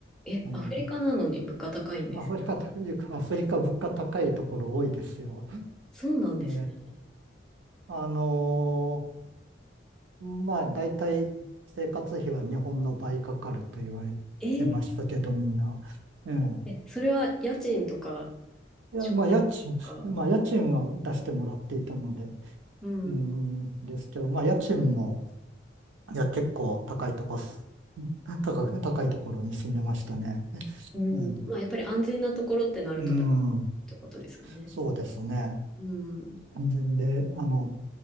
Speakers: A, in the centre; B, on the right.
A: え、
B: ええ
A: アフリカなのに物価高いんですね。
B: アフリカ、いうかアフリカ物価高いところ多いですよ。
A: そうなんですね。
B: ええあのーまあ、大体生活費は日本の倍かかると言われてましたけど、
A: えー
B: みんな。ええ。
A: え、それは家賃とか、
B: いや、
A: 食費とか、
B: まあ、家賃、まあ、家賃は出してもらっていたので、
A: うん、
B: うん、ですけど、まあ、家賃も、いや、結構高いとこす、高く、高いところに住んでましたね。
A: うん。
B: うん、
A: まあ、やっぱり安全なところってなると高いってことですかね。
B: うん、そうですね。
A: うん。
B: で、で、あの、